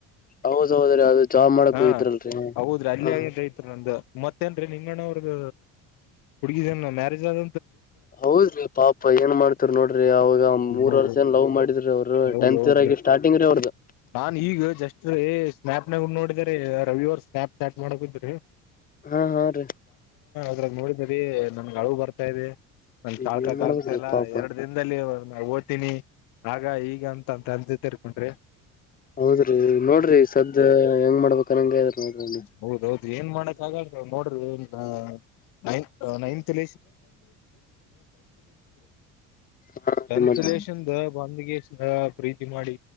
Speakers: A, on the left (about 25°); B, on the left (about 80°).
A: ಹೌದೌದ್ರಿ ಅದು ಜಾಬ್ ಮಾಡಕ್
B: ಹಾ
A: ಹೋಗಿದ್ರಲ್ರರಿ
B: ಹೌದ್ರಿ ಅಲ್ಲೇ
A: ಹ
B: <unintelligible> ಐತ್ ನಂದು ಮತ್ತೇನ್ರೀ ನಿಂಗ ಅಣ್ಣ ಅವ್ರದ್ ಹುಡುಗಿದೆನ್ ಮ್ಯಾರೇಜ್ ಆದ
A: ಹೌದ್ರಿ ಪಾಪ ಏನ್ ಮಾಡ್ತಾರ ನೋಡ್ರಿ ಅವಾಗ ಮು ಮೂರ್
B: ನೋಡ್ರಿ
A: ವರ್ಷನ್ ಲವ್ ಮಾಡಿದ್ರ ಅವರು
B: ಹೌದ
A: ಟೆಂತ್
B: ಹೌದ್ರಿ
A: ಇರಗೆ ಸ್ಟಾರ್ಟಿಂಗ್ ರೀ ಅವ್ರದು
B: ನಾನ್ ಈಗ ಜಸ್ಟ್ ರೀ ಸ್ನಾಪ್ನಾಗ ನೋಡಿದಾರಿ ರವಿ ಅವರ್ ಸ್ನ್ಯಾಪ್ ಚಾಟ್ ಮಾಡಕ್ ಇದ್ರಿ
A: ಹಾ ಹ ರೀ
B: ಅದ್ರಾಗ ನೋಡಿದ್ರಿ ನನ್ಗೆ ಅಳು ಬರ್ತಾ ಇದೆ ನನ್ಗೆ
A: ಈಗ
B: ತಾಳ್ಕಕ್
A: ಏನ್ ಮಾಡ್ಬೇಕ್ರಿ
B: ಆಗ್ತಾ ಇಲ್ಲ
A: ಪಾಪ
B: ಎರಡು ದಿನದಲ್ಲಿ ನಾ ಹೋತಿನಿ ಆಗ ಈಗ ಅಂತಂತ ಅಂತ ತರ್ಕೊಂಡ್ರಿ
A: ಹೌದ್ರಿ ನೋಡ್ರಿ ಸದ್ ಹೆಂಗ್ ಮಾಡ್ಬೇಕನ್ನಂಗ್ರಿ ನೋಡ್ರಿ
B: ಹೌದೌದು ಏನ್ ಮಾಡಕ್ ಆಗಲ್ ನೋಡ್ರಿ ಇನ್ನ ನೈತ್ತ್
A: ಹಾ ರೀ
B: ಅಲ್ತ್
A: ಮತ್ತ
B: <unintelligible> <unintelligible> ೇಶನ್ ಬಂದಗೆ ಪ್ರೀತಿ ಮಾಡಿ